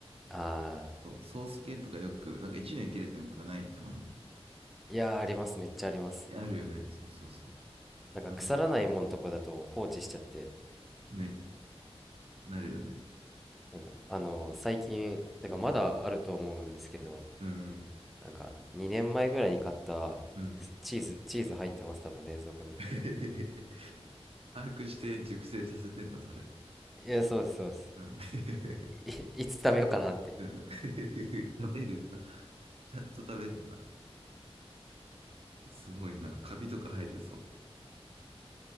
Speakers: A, in the centre; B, on the right.
A: ああ
B: そうソース系とかよく、なんか一年切れてるのとかないたまに。
A: いやーありますめっちゃあります
B: えあるよね。そうそうそう。
A: なんか腐らないもんとこだと放置しちゃって
B: それ、ね、なるよね。
A: なんかあのー最近だからまだあると思うんですけど
B: うん。うん。
A: なんか2年前ぐらいに買った
B: うん。
A: チーズチーズ入ってます多分冷蔵庫に
B: <laughs> 把握して熟成させてんだ、それ。
A: いやそうですそうで
B: うん。<laughs>
A: すい、いつ食べようかなって
B: うん <laughs> 食べるんだ。ちゃんと食べるんだ。すごいな。カビとか生えてそ